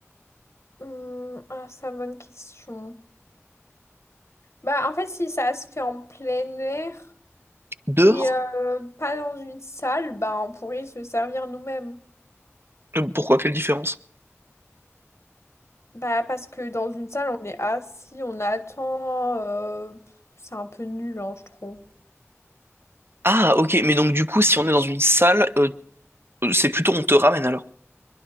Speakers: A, on the left (about 65°); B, on the right (about 50°).
A: Hum, ah, ça, bonne question. Bah, en fait, si ça se fait en plein air
B: Dehors?
A: et euh, pas dans une salle, bah, on pourrait se servir nous-mêmes.
B: Euh, Pourquoi? Quelle différence?
A: Bah, parce que dans une salle, on est assis, on attend. euh, c'est un peu nul, hein, je trouve.
B: Ah, ok, mais donc du coup, si on est dans une salle, euh, c'est plutôt on te ramène alors.